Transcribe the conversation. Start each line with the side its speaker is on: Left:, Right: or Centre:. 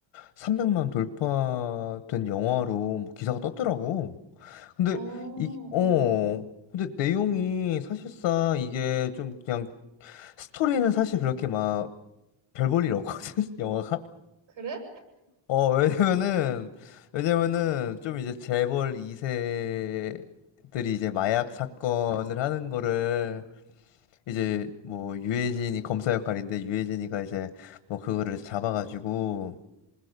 Left: 300만 돌파된 영화로 뭐 기사가 떴더라고. 근데
Right: 어,
Left: 이 어,
Right: 어,
Left: 근데 내용이 사실상 이게 좀 그냥 스토리는 사실 그렇게 막 별볼일 없거든, <laughs> 영화가.
Right: 그래?
Left: 어, 왜냐면은, 왜냐면은, 좀 이제 재벌 2세들이 이제 마약 사건을 하는 거를, 이제 뭐, 유해진이 검사 역할인데, 유해진이가 이제 뭐, 그거를 잡아가지고,